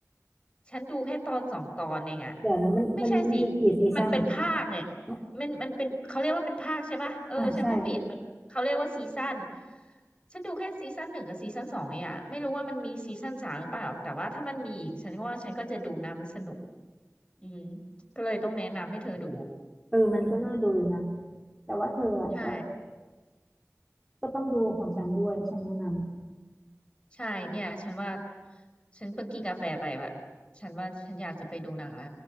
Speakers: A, on the left (about 20°); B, in the centre.
A: ฉันดูแค่ตอนสองตอนเองอะ
B: เดี๋ยวนะมันมันมันมีกี่ซีซั่นอ่ะ
A: ไม่ใช่สิมันเป็นภาคเนี่ย
B: เอ๋อ
A: มันมันเป็นเขาเรียกว่าเป็นภาคใช่ปะเออฉันพูดผิดมันเขาเรียกว่าซีซั่น
B: อ่าใช่
A: ฉันดูแค่ซีซั่นหนึ่งกับซีซั่นสองเองอะไม่รู้ว่ามันมีซีซั่นสามหรือเปล่าแต่ว่าถ้ามันมีอีกฉันก็ว่าฉันก็จะดูนะมันสนุกอืมก็เลยต้องแนะนำให้เธอดู
B: เออมันก็น่าดูอยู่นะ แต่ว่าเธออ่ะก็
A: ใช่
B: ก็ต้องดูของฉันด้วยที่ฉันแนะนำ
A: ใช่เนี่ยฉันว่าฉันเพิ่งกินกาแฟไปแบบฉันว่าฉันอยากจะไปดูหนังแล้ว